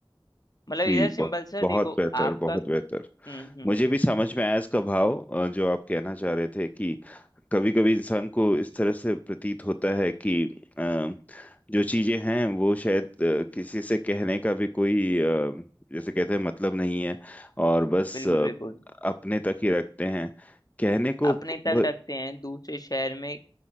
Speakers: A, on the left; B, on the left.
A: जी
B: मतलब
A: जी
B: इधर सिंपल
A: बहुत
B: सा
A: बहुत
B: देखो
A: बेहतर
B: आपका
A: बहुत बेहतर
B: हम्म हम्म
A: मुझे भी समझ में आया इसका भाव अ, जो आप कहना चाह रहे थे कि कभी कभी इंसान को इस तरह से प्रतीत होता है कि अ, जो चीजें हैं वो शायद अ, किसी से कहने का भी कोई अ, जैसे कहते हैं मतलब नहीं है और बस
B: बिल्कुल
A: अ,
B: बिल्कुल
A: अपने तक ही रखते हैं कहने को
B: अपने तक
A: वो
B: रखते हैं दूसरे शहर में